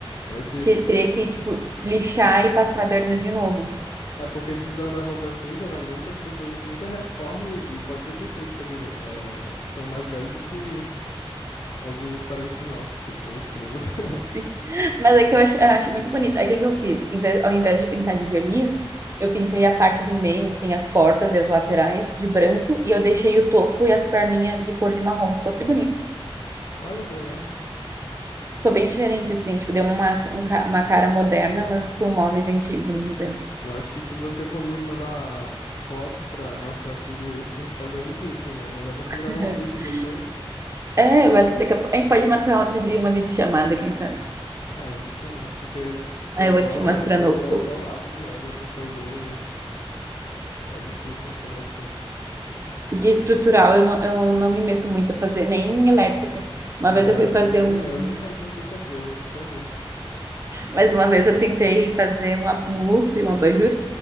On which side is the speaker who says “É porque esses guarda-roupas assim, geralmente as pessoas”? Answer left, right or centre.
Left